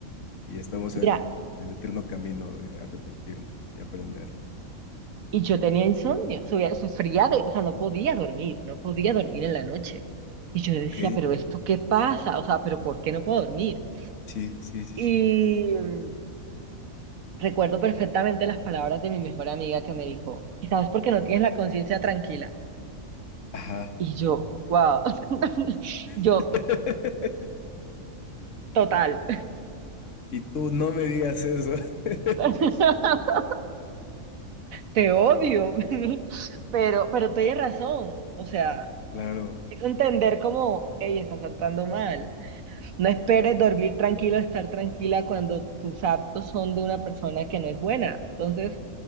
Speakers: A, on the left; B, on the right.
A: y estamos en
B: Mira,
A: el, en el eterno camino de arrepentirnos y aprender.
B: Y yo tenía insomnio, subía- sufría de, o sea, no podía dormir, no podía dormir en la noche. Y yo decía,
A: Ok,
B: pero ¿esto qué pasa? O sea, pero ¿por qué no puedo dormir?
A: sí, sí, sí,
B: Y
A: sí.
B: mm, recuerdo perfectamente las palabras de mi mejor amiga que me dijo, quizás porque no tienes la conciencia tranquila.
A: Ajá.
B: Y yo, wow, <laughs> yo,
A: <laughs>
B: total,
A: Y tú no me digas eso. <laughs>
B: <laughs> te odio, <laughs> pero, pero tienes razón. O sea,
A: Claro,
B: es entender como, ella estás actuando mal. No esperes dormir tranquilo, estar tranquila cuando tus actos son de una persona que no es buena. Entonces,